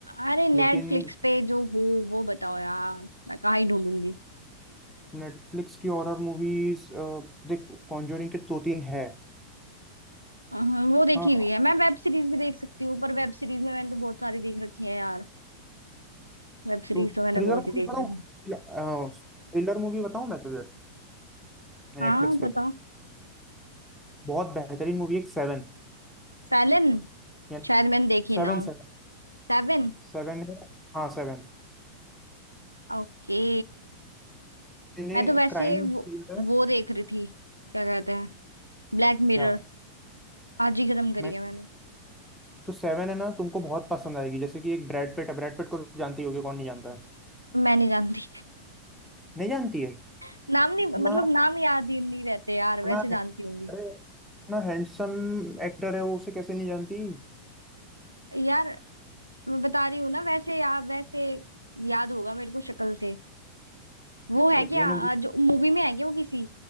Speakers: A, on the right; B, in the centre.
A: अरे नेटफ्लिक्स
B: लेकिन
A: पे जो हो वो बताओ यार मैं कहाँ ही ढूंढूंगी
B: नेटफ्लिक्स की हॉरर मूवीज देख कॉन्जोरिंग के दो तीन है
A: अहं, वो देखी
B: हाँ
A: हुई है मैं वेब सीरीज भी देख सकती हूँ पर वेब सीरीज में मैंने तो बहुत सारी देख रखी है यार वेब सीरीज
B: तो
A: तो मैंने
B: थ्रिलर
A: बहुत ही
B: मूवी
A: देख
B: बताऊँ
A: रखी है
B: थ्रिलर मूवी बताऊँ मैं तुझे नेटफ्लिक्स
A: हाँ बताओ
B: पे बहुत बेहतरीन मूवी है सेवन
A: फैलन
B: यानी
A: शायद मैंने देखी
B: सेवन
A: ना हो
B: सेवन
A: सेवन
B: सेवन है हाँ सेवन
A: ओके
B: इन्हें
A: मैं तो वैसे
B: क्राइम
A: वो
B: थ्रिलर है
A: वो देख रही थी क्या कहते हैं ब्लैक मिरर
B: क्या
A: आज ही खत्म करी
B: मैं
A: है मैंने
B: जो सेवन है ना तुमको बहुत पसंद आएगी जैसे कि एक ब्रैड पिट है ब्रैड पिट को तो जानती होगी कौन नहीं जानता है
A: मैं नहीं जानती
B: नहीं जानती है
A: <laughs> नाम
B: इतना
A: नहीं मतलब नाम याद ही नहीं रहते यार
B: इतना
A: वैसे जानती होंगी
B: अरे इतना हैंडसम एक्टर है वो उसे कैसे नहीं जानती
A: यार मैं बता रही हूँ ना वैसे या वैसे याद होगा मेरे को शक्ल से वो है
B: एक
A: क्या
B: ये ना वो-
A: अ, जो मूवी में है क्या वो किसी